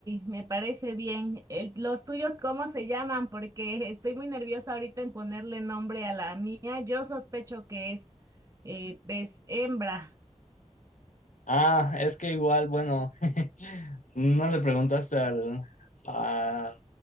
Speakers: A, on the right (about 25°); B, on the left (about 75°).
A: me parece bien. El- ¿los tuyos cómo se llaman? Porque estoy muy nerviosa ahorita en ponerle nombre a la mía. Yo sospecho que es eh, pez hembra.
B: Ah, es que igual, bueno, <laughs> no le preguntaste al, a-